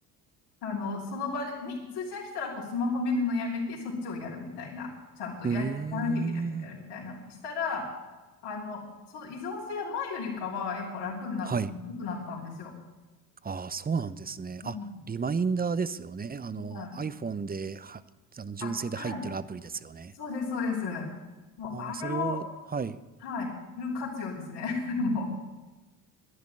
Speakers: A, on the left (about 60°); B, on the right (about 20°).
A: あの、その場で、み、通知が来たらこうスマホ見るのやめてそっちをやるみたいな。ちゃんとや、
B: うーん。
A: やらなきゃいけないことやるみたいな。したら、あの、その依存性は前よりかはやっぱ楽にな、
B: はい。
A: 良くなったんですよ。
B: ああ、そうなんですね。
A: もう、
B: あ、リマインダーですよね。あの、
A: はい。
B: iPhone では、あの、純正で入ってるアプリですよね。
A: あ、はい。そうです、そうです。もうあれを、
B: ああ、それを、はい。
A: はい。フル活用ですね。<laughs> もう。